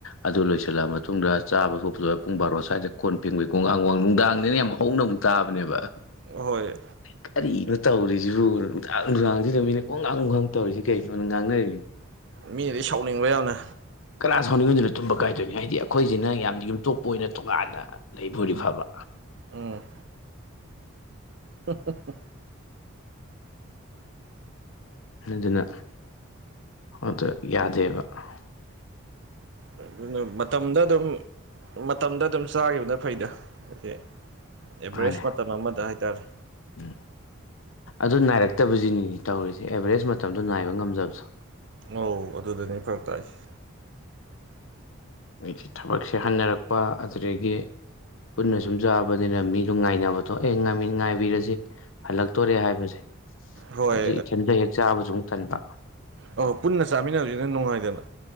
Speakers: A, on the left (about 70°); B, on the right (about 55°).
A: ꯑꯗꯨ ꯂꯣꯏꯁꯤꯜꯂꯛꯑ ꯃꯇꯨꯡꯗ ꯆꯥꯕ ꯊꯛꯄ ꯄꯨꯡ ꯕꯥꯔꯣ ꯁ꯭ꯋꯥꯏꯗ ꯀꯣꯟ ꯐꯦꯡꯕꯩꯀꯣꯡꯒꯥꯡ ꯋꯥꯥꯡ ꯅꯨꯡꯗꯥꯡꯗꯅ ꯌꯥꯝ ꯍꯧꯅ ꯑꯃꯨꯛ ꯇꯥꯕꯅꯦꯕ
B: ꯍꯣꯏ
A: ꯀꯔꯤꯅꯣ ꯇꯧꯔꯤꯁꯤꯕꯨ ꯅꯨꯡꯗꯥꯡ ꯅꯨꯡꯗꯥꯡꯁꯤꯅ ꯃꯤꯅ ꯀꯣꯡ ꯉꯥꯡꯕ ꯈꯥꯡ ꯇꯧꯔꯤꯁꯤ ꯀꯔꯤꯒꯤꯅ‌ꯣ ꯉꯥꯡꯅꯔꯤꯅꯤ
B: ꯃꯤꯅꯗꯤ ꯁꯥꯎꯅꯤꯡꯕ ꯌꯥꯝꯅ
A: ꯀꯅꯥ ꯁꯥꯎꯅꯤꯡꯉ‌ꯣꯏꯗꯩꯅ‌ꯣ ꯇꯨꯝꯕ ꯀꯥꯏꯗꯣꯏꯅꯤ ꯍꯥꯏꯗꯤ ꯑꯩꯈꯣꯏꯁꯤꯅ ꯌꯥꯝꯅ ꯌꯨꯝꯊꯣꯛꯄ ꯑꯣꯏꯅ ꯇꯣꯉꯥꯟꯅ ꯂꯩꯕ ꯑ‌ꯣꯏꯗꯤ ꯐꯕ
B: ꯎꯝ ꯎ ꯎ <unintelligible>
A: ꯗꯨꯅ ꯑꯗ ꯌꯥꯗꯦꯕ ꯑ
B: ꯑꯗꯨꯅ ꯃꯇꯝꯗ ꯑꯗꯨꯝ ꯃꯇꯝꯗ ꯑꯗꯨꯝ ꯆꯥꯒꯤꯕꯅ ꯐꯩꯗ ꯍꯥꯏꯗꯤ ꯑꯦꯚꯔꯦꯁ
A: ꯃꯥꯅꯦ
B: ꯃꯇꯝ ꯑꯃꯗ ꯍꯥꯏꯇꯥꯔꯦ
A: ꯎꯝ ꯑꯗꯨ ꯅꯥꯏꯔꯛꯇꯕꯁꯤꯅꯤ ꯇꯧꯔꯤꯁꯦ ꯑꯦꯕꯔꯦꯁ ꯃꯇꯝꯗꯣ ꯅꯥꯏꯕ ꯉꯝꯖꯕꯗꯣ
B: ꯑꯧ ꯑꯗꯨꯗꯅꯤ ꯐꯔꯛ ꯇꯥꯏꯁꯦ
A: ꯎ ꯑꯩ ꯊꯕꯛꯁꯦ ꯍꯟꯅꯔꯛꯄ ꯑꯗꯨꯗꯒꯤ ꯄꯨꯟꯅ ꯁꯨꯝ ꯆꯥꯕꯅꯤꯅ ꯃꯤꯗꯨ ꯉꯥꯏꯅꯕꯗꯣ ꯑꯦ ꯉꯥꯏ ꯉꯥꯏꯕꯤꯔꯁꯤ ꯍꯜꯂꯛꯇꯣꯔꯦ ꯍꯥꯏꯕꯁꯦ
B: ꯍꯣꯏ
A: ꯑꯗꯨ ꯏꯊꯟꯗ ꯍꯦꯛ ꯆꯥꯕꯁꯨ ꯑꯃꯨꯛ ꯊꯟꯕ
B: ꯑꯍꯣꯏ ꯄꯨꯟꯅ ꯆꯥꯃꯤꯟꯅꯁꯤꯅ ꯅꯨꯡꯉꯥꯏꯗꯅ